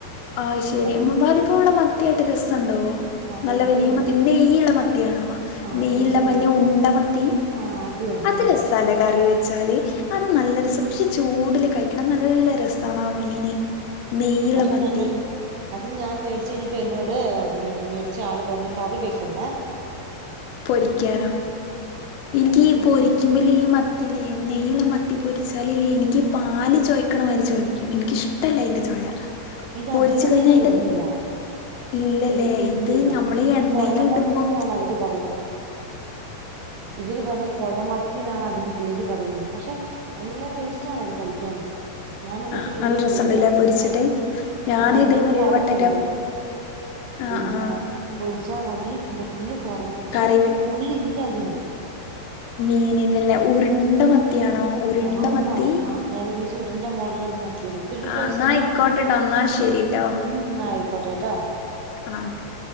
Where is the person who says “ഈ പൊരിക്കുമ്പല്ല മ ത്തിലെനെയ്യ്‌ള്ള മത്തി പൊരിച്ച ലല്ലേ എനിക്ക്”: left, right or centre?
Left